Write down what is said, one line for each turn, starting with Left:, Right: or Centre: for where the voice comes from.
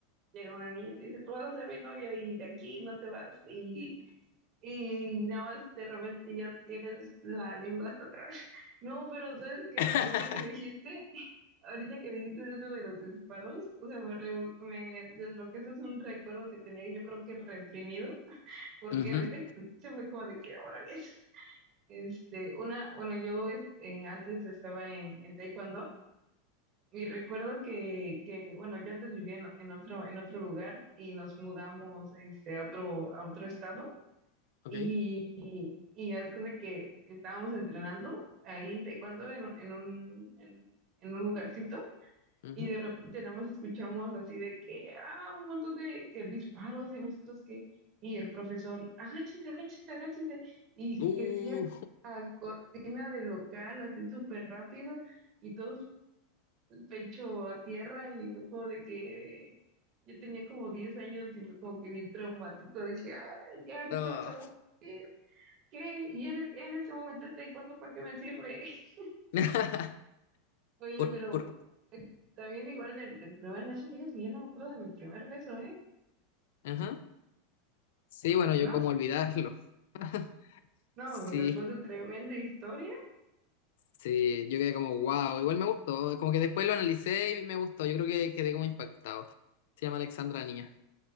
Right: llega una niña y te dice, tú vas a ser mi novio y de aquí no te vas y, y nada más de repente ya tienes la lengua hasta atrás. <laughs> No, pero ¿sabes qué?
Left: <laughs>
Right: Ahorita que dijiste, ahorita que dijiste eso de los disparos, o sea, me, reu- me desbloqueaste un recuerdo que tenía yo creo que reprimido porque
Left: Ujú,
Right: ahorita que se fue como de que, órale, este, una, bueno, yo es- eh, antes estaba en, en Taekwondo y recuerdo que, que, bueno, yo antes vivía en, en otro, en otro lugar y nos mudamos, este, a otro, a otro estado
Left: ok,
Right: y, y, y haz de cuenta que estábamos entrenando ahí Taekwondo en, un- en un, en en un lugarcito
Left: ujú.
Right: y de repente nada más escuchamos así de que, ah, un montón de que disparos y nosotros que, y el profesor, agáchense, agáchense, agáchense, y
Left: Uh,
Right: que cierra cortina de local así súper rápido y todos pecho a tierra y fue como de que yo tenía como 10 años y fue como que bien traumático, dije, ay, ya
Left: <laughs>
Right: aquí
Left: no.
Right: vamos a morir, ¿qué? Y en, en ese momento el taekwondo, ¿para qué me sirve? <laughs>
Left: <laughs>
Right: Oye,
Left: Por,
Right: pero...
Left: por,
Right: eh, También igual del, del primer beso, fíjate que yo no me acuerdo de mi primer beso, ¿eh?
Left: ajá. Sí, bueno,
Right: No,
Left: yo como olvidarlo. <laughs>
Right: no,
Left: Sí,
Right: pues después de tremenda historia,
Left: sí, yo quedé como wow, igual me gustó, como que después lo analicé y me gustó, yo creo que quedé como impactado. Se llama Alexandra la Niña.